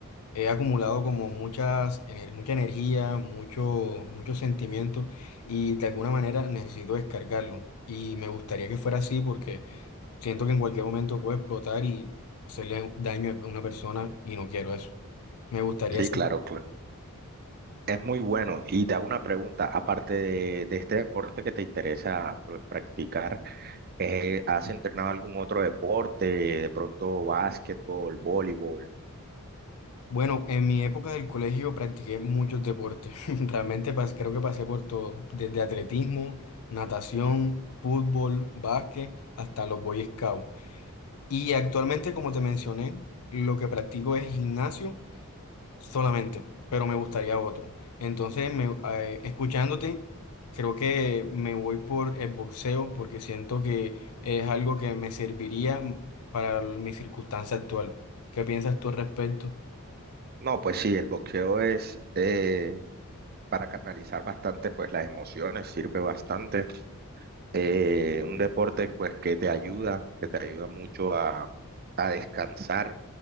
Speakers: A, on the left; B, on the right.
A: he acumulado como muchas, ener- mucha energía, mucho, muchos sentimientos, y de alguna manera necesito descargarlo. Y me gustaría que fuera así porque... Siento que en cualquier momento puedo explotar y hacerle daño a una persona y no quiero eso. Me gustaría
B: Sí,
A: ser...
B: claro, claro. Es muy bueno. Y te hago una pregunta, aparte de, de este deporte que te interesa pues, practicar, eh, ¿has entrenado algún otro deporte? De pronto básquetbol, voleibol.
A: Bueno, en mi época del colegio practiqué muchos deportes. <laughs> Realmente pas- creo que pasé por todo. Desde atletismo, natación, fútbol, básquet, hasta los Boy Scouts. Y actualmente, como te mencioné, lo que practico es gimnasio solamente, pero me gustaría otro. Entonces, me- eh, escuchándote, creo que me voy por el boxeo porque siento que es algo que me serviría para mi circunstancia actual. ¿Qué piensas tú al respecto?
B: No, pues sí, el boxeo es eh, para canalizar bastante pues las emociones, sirve bastante. Eh, un deporte pues que te ayuda, que te ayuda mucho a, a descansar,